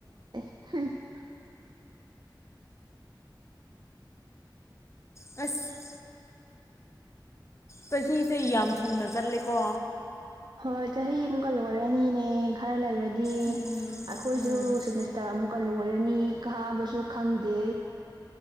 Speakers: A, on the right; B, on the left.
A: <unintelligible>
B: ꯑꯁ ꯆꯍꯤꯁꯦ ꯌꯥꯝ ꯊꯨꯅ ꯆꯠꯂꯦꯀꯣ
A: ꯍꯣꯏ ꯆꯍꯤ ꯑꯃꯨꯛꯀ ꯂꯣꯏꯔꯅꯤꯅꯦ ꯈꯔ ꯂꯩꯔꯗꯤ
B: ꯎꯝ
A: ꯑꯩꯈꯣꯏꯁꯨ
B: ꯎꯝ
A: ꯁꯦꯃꯤꯁ ꯇꯥ ꯑꯃꯨꯛꯀ ꯂꯣꯏꯔꯅꯤ ꯀꯥꯕꯁꯨ ꯈꯪꯗꯦ